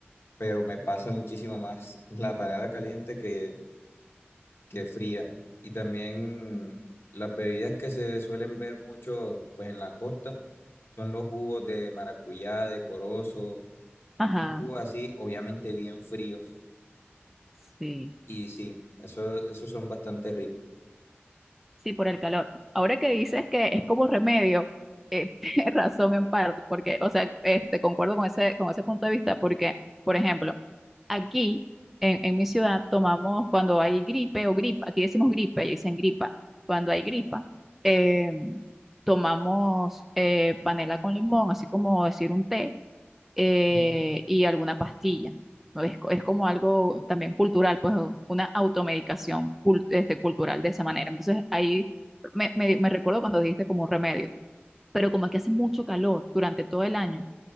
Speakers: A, on the left (about 65°); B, in the centre.
A: pero me pasa muchísimo más la panela caliente que, que fría. Y también las bebidas que se suelen ver mucho pues en la costa son los jugos de maracuyá, de corozo,
B: Ajá,
A: los jugos así, obviamente bien fríos.
B: sí,
A: Y sí, eso, esos son bastante ricos.
B: sí, por el calor. Ahora que dices que es como remedio, eh, <laughs> tienes razón en parte, porque, o sea, este, concuerdo con ese, con ese punto de vista, porque, por ejemplo, Aquí, en, en mi ciudad, tomamos cuando hay gripe o gripa, aquí decimos gripe, y dicen gripa, cuando hay gripa, eh, tomamos eh, panela con limón, así como decir un té, eh,
A: Ujú, ujú,
B: y alguna pastilla. ¿no? Es, co- es como algo también cultural, pues una automedicación cul- este, cultural de esa manera. Entonces ahí me, me, me recuerdo cuando dijiste como un remedio, pero como aquí hace mucho calor durante todo el año